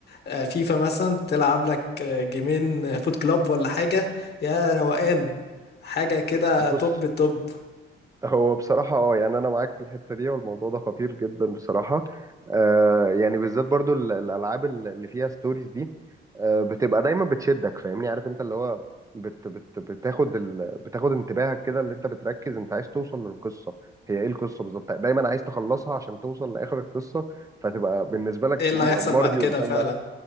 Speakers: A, on the left; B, on the right.
A: آه، فيفا مثلا تلعب لك آه، جيمين آه، فوت كلاب ولا حاجة يا روقان حاجة كده
B: بص
A: توب التوب
B: هو بصراحة اه يعني أنا معاك في الحتة دي والموضوع ده خطير جدا بصراحة آه يعني بالذات برضو ال- الألعاب ال- اللي فيها ستوريز دي آه بتبقى دايما بتشدك فاهمني عارف أنت اللي هو بت بت بتاخد ال بتاخد انتباهك كده اللي أنت بتركز أنت عايز توصل للقصة هي إيه القصة بالظبط دايما عايز تخلصها عشان توصل لآخر القصة فتبقى بالنسبة لك
A: ايه اللي
B: م-
A: هيحصل
B: مرضي
A: بعد كده
B: قدام
A: فعلا
B: نفسك